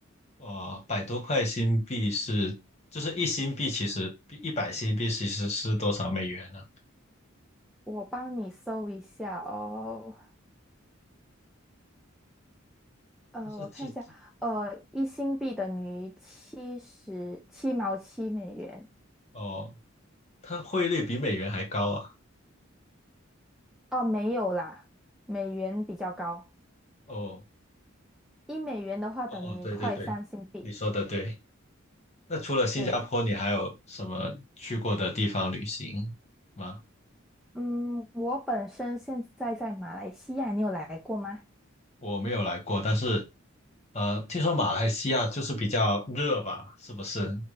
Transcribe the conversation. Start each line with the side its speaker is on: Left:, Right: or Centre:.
Left: 哦，百多块新币是，就是一新币其实一百新币其实是多少美元呢、
Centre: 我帮你搜一下哦。呃，
Left: 但是其实
Centre: 我看一下，呃，一新币等于七十七毛七美元。
Left: 哦，它汇率比美元还高啊。
Centre: 哦，没有啦，美元比较高。
Left: 哦
Centre: 一美元的话等于一块三新币。
Left: 哦哦，对对对，你说的对。那除了新加坡，
Centre: 对，
Left: 你还有什么去过的地方旅行吗？
Centre: 嗯，我本身现在在马来西亚，你有来过吗？
Left: 我没有来过，但是呃，听说马来西亚就是比较热吧？是不是？